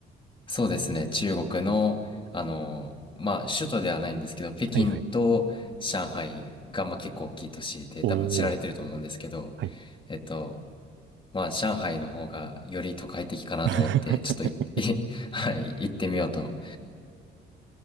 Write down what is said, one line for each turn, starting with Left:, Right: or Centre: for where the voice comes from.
Left: そうですね、中国の、あのー、まあ、首都ではないんですけど、北京と上海が、
Right: はいはい。
Left: まあ、結構大きい都市で多分知られてると思うんですけど、
Right: おー、はい。
Left: えっと、まあ、上海の方がより都会的かなと思って、
Right: <laughs>
Left: ちょっとい <laughs> はい、行ってみようと。